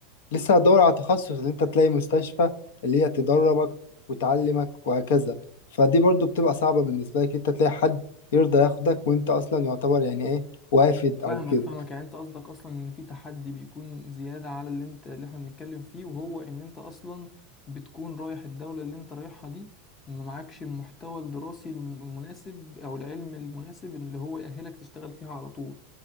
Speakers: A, on the left; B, on the left.
A: لسه هتدور على تخصص اللي انت تلاقي مستشفى اللي هي تدربك وتعلمك وهكذا فدي برضو بتبقى صعبة بالنسبة لك انت تلاقي حد يرضى ياخدك وانت اصلا يعتبر يعني ايه وافد او
B: فاهمك
A: كده
B: فاهمك يعني انت قصدك اصلا ان في تحدي بيكون زيادة على اللي انت اللي احنا بنتكلم فيه وهو ان انت اصلا بتكون رايح الدولة اللي انت رايحها دي ما معكش المحتوى الدراسي الم- المناسب او العلم المناسب اللي هو يأهلك تشتغل فيها على طول